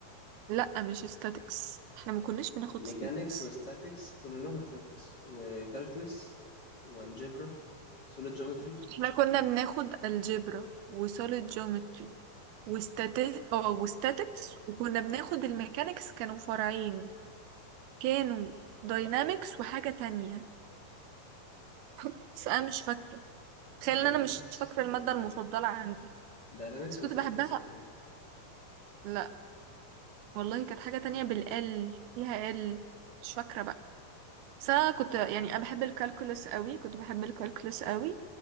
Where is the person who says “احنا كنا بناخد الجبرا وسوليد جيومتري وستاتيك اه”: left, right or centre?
Right